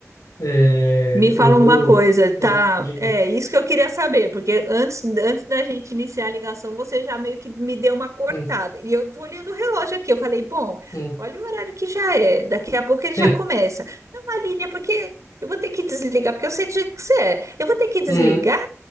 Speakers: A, on the left; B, on the right.
A: É,
B: me fala
A: eu vou.
B: uma coisa, tá?
A: Hum, diga.
B: É isso que eu queria saber, porque antes, antes da gente iniciar a ligação, você já meio que me deu uma cortada.
A: Hum,
B: E eu tô olhando o relógio aqui, eu falei, bom,
A: hum.
B: olha o horário que já é, daqui a pouco ele
A: <laughs>
B: já começa. Não, Aline, é porque eu vou ter que desligar, porque eu sei do jeito que você é. Eu vou ter que desligar,
A: Uhum.